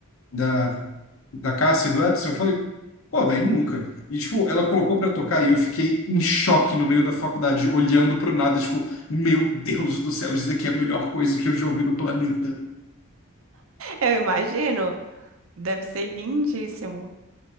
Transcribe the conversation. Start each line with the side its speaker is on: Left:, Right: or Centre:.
Left: da, da Cássia e do Edson? Eu falei, pô, velho, nunca. E, tipo, ela colocou pra tocar e eu fiquei em choque no meio da faculdade, olhando pro nada, tipo, meu Deus do céu, isso daqui é a melhor coisa que eu já ouvi no planeta.
Right: Eu imagino, deve ser lindíssimo.